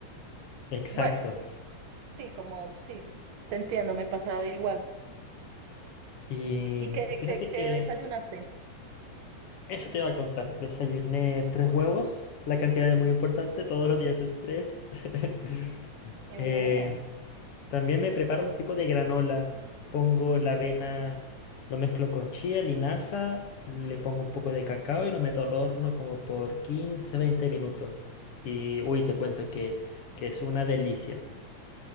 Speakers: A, on the left; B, on the right.
A: Exacto.
B: Bueno, sí, como sí, te entiendo, me pasaba igual.
A: Y
B: ¿Y qué,
A: fíjate
B: qué, qué
A: que
B: desayunaste?
A: eso te iba a contar. Desayuné tres huevos, la cantidad es muy importante, todos los días es tres. <laughs>
B: Qué
A: Eh,
B: bueno,
A: también me preparo un tipo de granola. Pongo la avena, lo mezclo con chía, linaza, le pongo un poco de cacao y lo meto al horno como por 15 20 minutos. Y uy, te cuento que, que es una delicia.